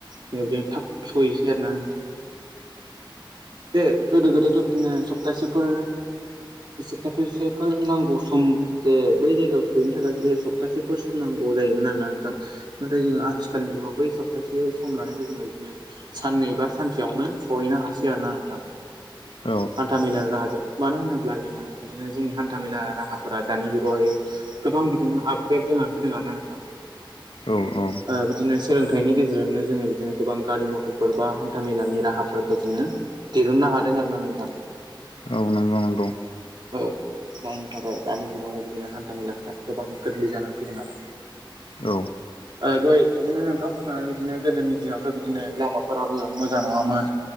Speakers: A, on the right (about 55°); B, on the left (about 85°).
A: बेजों थाब सहैनोसै आरोना नोंथां। दो गोदो गोदायथ' बिदिनो सप्तासे फोर सप्तासे फोर नांगौ सम जे बै जायगायाव सहैनो थाखाय जे सप्तासे फोर सम नांगौ जायोमोन आरो नोंथां नाथाय जोङो आथिखालनि जुगाव बै सप्टासे सम ला नायखौ जोङो बिदिनो साननै बा सानसेयावनो सहैनो हासै आरोना नोंथां।
B: औ
A: हान्था मेलानि राहाजों। मानो होनोब्ला जोङो बिदिनो जोंनि हान्था मेला राहा फोरा दानि जुगाव हाय गोबां बिदिनो आपग्रेद जानानै फैदों आरोना नोंथां
B: औ
A: ओ बिदिनो सोलों थाइनि गेजेरजोंनो जोङो बिदिनो गोबां गारि मथरफोर बा हान्था मेलानि राहा फोरखौ जोङो दिहुननो हादों आरो ना नोंथां।
B: औ नंगौ नंगौ
A: औ जायनि थाखाय दानि जुगाव बिदिनो हान्था मेलाफ्रा गोबां गोरलै जानानै फैदों आरो।
B: औ
A: ओ दहाय बिदिनो नोंथां बुंनानै बिदिनो गोदोनि दिनाव बिदिनो लामा फोराबो मोजां नङा मोन